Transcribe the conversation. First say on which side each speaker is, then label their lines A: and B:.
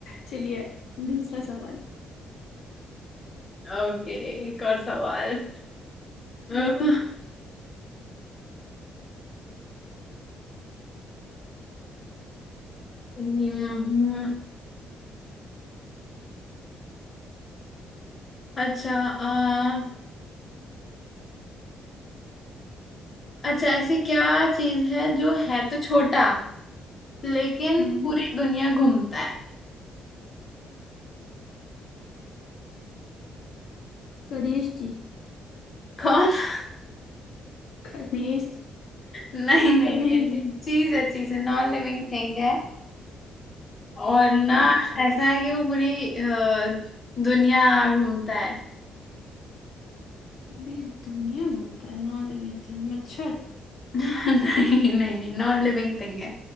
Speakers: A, on the left; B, on the left.
A: चलिए दूसरा सवाल
B: ओके एक और सवाल <laughs>
A: हम्म,
B: हम्म, अच्छा आ, अच्छा ऐसी क्या चीज है जो है तो छोटा लेकिन
A: हम्म
B: पूरी दुनिया घूमता है
A: गणेश जी
B: कौन <laughs>
A: गणेश
B: नहीं नहीं
A: गणेश
B: नहीं,
A: जी
B: नहीं चीज है चीज है नॉन लिविंग थिंग है और ना
A: अच्छा
B: ऐसा है कि वो पूरी अ, दुनिया घूमता है
A: पूरी दुनिया घूमता है नौ लिविंग थिंग मच्छर
B: <laughs> नहीं नहीं नहीं नॉन लिविंग थिंग है